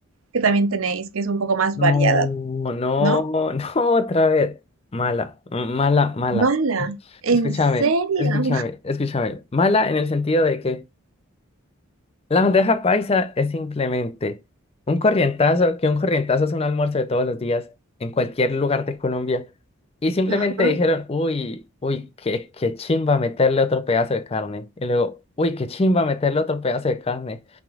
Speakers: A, on the right; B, on the left.
A: Que también tenéis, que es un poco más
B: No,
A: variada,
B: no,
A: ¿no?
B: <laughs> no, otra vez. Mala, mala, mala.
A: Mala, ¿en
B: Escúchame,
A: serio?
B: escúchame, escúchame. Mala en el sentido de que la bandeja paisa es simplemente un corrientazo, que un corrientazo es un almuerzo de todos los días en cualquier lugar de Colombia. Y simplemente
A: Ajá.
B: dijeron, uy, uy, qué, qué chimba meterle otro pedazo de carne. Y luego, uy, qué chimba meterle otro pedazo de carne.